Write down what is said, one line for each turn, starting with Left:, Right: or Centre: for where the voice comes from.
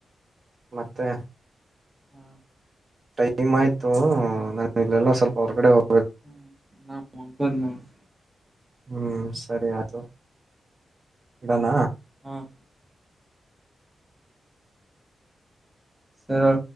Right: ಮತ್ತೆ.
Centre: ಹ
Right: ಟೈಮ್ ಆಯ್ತು ನಾನು ಇಲ್ಲಲ್ಲ ಸ್ವಲ್ಪ ಹೊರಗಡೆ ಹೋಗ.
Centre: ಹ್ಮ್ ನಾನು ಮಲ್ಕಾಂತಿನಿ ಹೇಳ.
Right: ಹ್ಮ್ ಸರಿ ಆಯ್ತು ಇಡೋಣ.
Centre: ಹ್ಮ್. ಸರಿ.